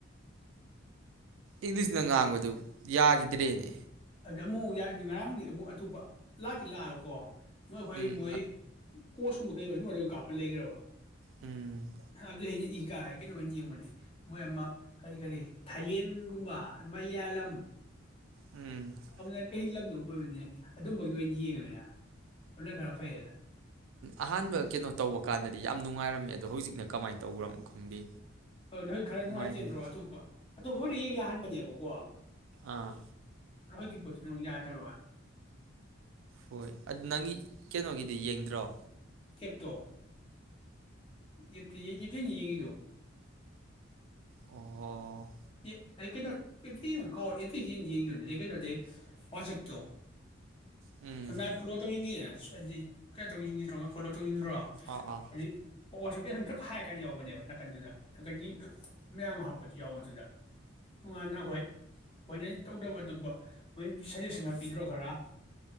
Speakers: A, on the right; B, on the left.
A: ꯏꯪꯂꯤꯁꯅ ꯉꯥꯡꯕꯗꯨ ꯌꯥꯈꯤꯗ꯭ꯔꯦꯅꯦ
B: ꯑꯗ ꯑꯃꯨꯛ ꯉꯔꯥꯡꯗꯤ ꯑꯃꯨꯛ ꯑꯇꯣꯞꯄ ꯂꯥꯛꯁꯤ ꯂꯥꯛꯑꯒꯀꯣ ꯅꯣꯏ ꯑꯩꯈꯣꯏ
A: ꯎꯝ
B: ꯃꯣꯏ ꯀꯣꯁꯀꯨꯝꯕ ꯀꯩꯒꯣ ꯑꯗꯨꯝ ꯑꯗꯨꯝ ꯀꯥꯞꯄ ꯂꯩꯈ꯭ꯔꯕ
A: ꯎꯝ
B: ꯍꯥꯏꯗꯤ ꯑ ꯏ ꯀꯥꯏ ꯀꯩꯅꯣ ꯑꯣꯏꯅ ꯌꯦꯡꯕꯅꯦ ꯃꯣꯏ ꯑꯃ ꯀꯔꯤ ꯀꯔꯤ ꯊꯥꯏꯂꯦꯟꯒꯨꯝꯕ ꯃꯂꯌꯥꯂꯝ
A: ꯎꯝ
B: ꯑ ꯀꯩ ꯂꯝꯅꯣ ꯑꯃ ꯑꯣꯏꯕꯅꯤ ꯑꯗꯨꯝꯕꯒꯤ ꯑꯣꯏꯅ ꯌꯦꯡꯉꯃꯤꯅ ꯑꯗꯨꯅ ꯈꯔ ꯐꯩꯗꯅ
A: ꯑꯍꯥꯟꯕ ꯀꯩꯅꯣ ꯇꯧꯕ ꯀꯥꯟꯗꯗꯤ ꯌꯥꯝ ꯅꯨꯡꯉꯥꯏꯔꯝꯃꯦ ꯑꯗꯣ ꯍꯧꯖꯤꯛꯅ ꯀꯃꯥꯏꯅ ꯇꯧꯒꯔꯝꯅꯣ ꯈꯪꯗꯦ
B: ꯑ ꯅꯣꯏ ꯈꯔ ꯅꯨꯡꯉꯥꯏꯇꯦꯟꯗ꯭ꯔꯣ
A: ꯅꯨꯡꯉꯥꯏꯈꯤꯗ
B: ꯑꯇꯣꯞꯄ ꯑꯇꯣꯞꯄꯕꯨꯗꯤ ꯍꯌꯦꯡ ꯌꯥꯍꯟꯕꯅꯦꯕ ꯀꯣ
A: ꯑꯥ
B: ꯑꯩꯈꯣꯏꯒꯤ ꯄꯣꯠꯇꯨꯅ ꯑꯃꯨꯛ ꯌꯥꯗꯕꯕꯥꯅꯤ
A: ꯍꯣꯏ ꯑꯗꯨ ꯅꯪꯒꯤ ꯀꯩꯅꯣꯒꯤꯗꯤ ꯌꯦꯡꯗ ꯭ꯔꯣ
B: ꯑꯦꯞꯇꯣꯇ ꯌꯦ ꯛꯇꯣ
A: ꯑꯣ
B: ꯑꯦ ꯑꯩ ꯀꯩꯅꯣ ꯑꯦꯞꯇꯤ ꯌꯦꯡ ꯀꯥꯎꯔ ꯑꯦꯐꯇꯤ ꯍꯦꯡ ꯌꯦꯡꯈꯤꯕꯅꯦ ꯑꯗꯨ ꯑꯩ ꯀꯩꯅꯣꯗꯤ ꯑꯩ ꯋꯥꯆꯞꯇꯣ
A: ꯎꯝ
B: ꯅ ꯐꯂꯣ ꯇ ꯍꯤꯅꯦ ꯀ ꯇꯧ ꯐꯣꯂꯣ ꯇꯨꯗ꯭ꯔꯣ
A: ꯑꯥ ꯑꯥ
B: ꯑꯗꯨꯩ ꯑꯣ ꯋꯥꯁꯞꯁꯦ ꯑꯗꯨꯝ ꯊꯛ ꯍꯥꯏ ꯀꯥꯟꯗ ꯌꯥꯎꯕꯅꯦꯕ ꯅꯥꯀꯟꯗꯨꯗ ꯅꯥꯀꯟꯒꯤ ꯃꯌꯥꯝ ꯍꯥꯞꯄꯗꯨ ꯌꯥꯎꯕꯗꯨꯗ ꯇꯣꯉꯥꯟꯅ ꯑꯩꯈꯣꯏ ꯍꯣꯏꯅ ꯇꯧꯗꯕ ꯑꯗꯨꯞ ꯃꯣꯏ ꯁꯖꯦꯁꯟ ꯈꯔ ꯄꯤꯗ꯭ꯔꯣ ꯈꯔ